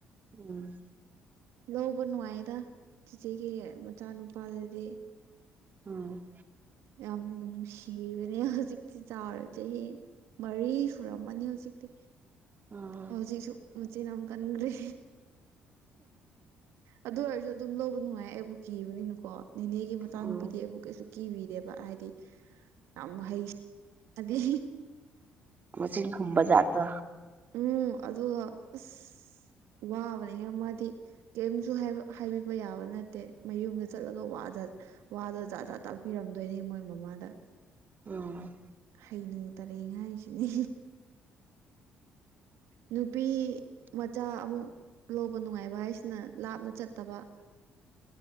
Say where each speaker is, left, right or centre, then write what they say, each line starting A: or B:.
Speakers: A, on the right; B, on the right.
A: ꯎꯝ
B: ꯂꯧꯕ ꯅꯨꯡꯉꯥꯏꯌꯦꯗ ꯆꯤꯆꯦꯒꯤ ꯃꯆꯥꯅꯨꯄꯥꯗꯗꯤ
A: ꯑꯧ
B: ꯌꯥꯝ ꯅꯨꯡꯁꯤꯕꯅꯦ ꯍꯧꯖꯤꯛꯇꯤ ꯆꯥꯎꯔꯦ ꯆꯍꯤ ꯃꯔꯤ ꯁꯨꯔꯝꯃꯅꯤ ꯍꯧꯖꯤꯛꯇꯤ
A: ꯎꯝ
B: ꯑꯥ ꯍꯧꯖꯤꯛꯁꯨ ꯃꯆꯤꯟ ꯌꯝ ꯀꯟꯒ꯭ꯔꯤ ꯑꯗꯨ ꯑꯣꯏꯔꯁꯨ ꯑꯗꯨꯝ ꯂꯧꯕ ꯅꯨꯡꯉꯥꯏꯌꯦ ꯑꯩꯕꯨ ꯀꯤꯕꯅꯤꯅꯀꯣ ꯅꯦꯅꯦꯒꯤ ꯃꯆꯥꯅꯨꯄꯤꯗꯤ
A: ꯎꯝ
B: ꯑꯩꯕꯨ ꯀꯩꯁꯨ ꯀꯤꯕꯤꯗꯦꯕ ꯍꯥꯏꯗꯤ ꯌꯥꯝ ꯍꯩ ꯑꯗꯤ
A: ꯃꯆꯤꯟ ꯈꯨꯝꯕ ꯖꯥꯠꯇꯣ
B: ꯎꯝ ꯑꯗꯨꯒ ꯑꯁ ꯋꯥꯕꯅꯤꯍꯦ ꯃꯥꯗꯤ ꯀꯩꯝꯁꯨ ꯍꯥꯏꯕ ꯍꯥꯏꯕꯤꯕ ꯌꯥꯕ ꯅꯠꯇꯦ ꯃꯌꯨꯝꯗ ꯆꯠꯂꯒ ꯋꯥꯖ ꯋꯥꯗꯣ ꯖꯥꯠ ꯖꯥꯠ ꯇꯥꯛꯄꯤꯔꯝꯗꯣꯏꯅꯦ ꯃꯣꯏ ꯃꯃꯥꯗ
A: ꯑꯣ
B: ꯍꯩꯅꯨ ꯇꯔꯦꯡ ꯍꯥꯏꯖꯤꯅꯦ ꯅꯨꯄꯤ ꯃꯆꯥ ꯑꯃꯨꯛ ꯂꯧꯕ ꯅꯨꯡꯉꯥꯏꯕ ꯍꯥꯏꯁꯤꯅ ꯂꯥꯞꯅ ꯆꯠꯇꯕ